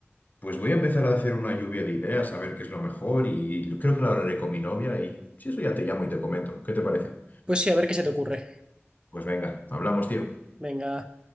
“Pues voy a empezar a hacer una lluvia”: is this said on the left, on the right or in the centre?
Left